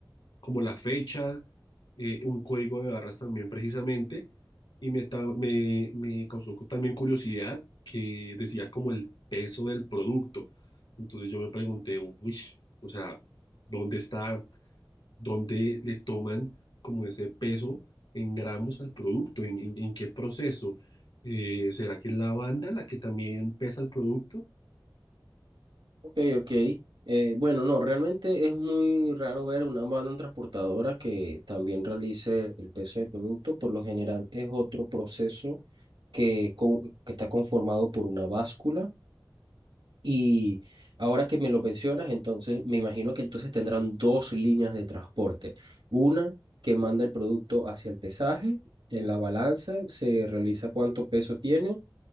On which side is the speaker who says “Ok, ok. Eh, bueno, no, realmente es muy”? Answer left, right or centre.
Right